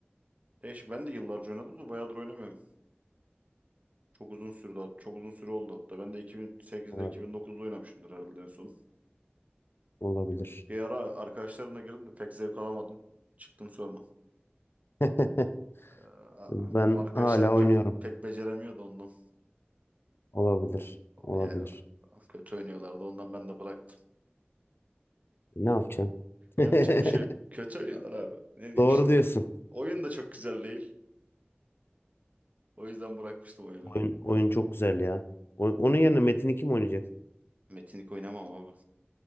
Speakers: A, on the right (about 40°); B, on the left (about 70°).
A: Değişik. Ben de yıllarca oynadım da bayağıdır oynamıyorum. Çok uzun sürdü hat- çok uzun süre oldu hatta. Ben de 2008'de
B: Evet,
A: 2009'da oynamışımdır herhalde en son.
B: olabilir.
A: Bir ara arkadaşlarımla girdim de pek zevk alamadım. Çıktım sonra.
B: <laughs>
A: Ee,
B: Ben
A: benim arkadaşlar
B: hala
A: pek
B: oynuyorum.
A: pek beceremiyordu ondan.
B: Olabilir. Olabilir.
A: Yani kötü oynuyorlardı ondan ben de bıraktım.
B: E, Ne yapacaksın? <laughs>
A: Yapacak bir şey yok. Kötü oynuyorlar abi. Ne diyeyim
B: Doğru
A: şimdi?
B: diyorsun.
A: Oyun da çok güzel değil. O yüzden bırakmıştım oyunu.
B: Oyun, oyun çok güzel ya. O- onun yerine Metin 2 mi oynayacaksın?
A: Metinlik oynamam abi.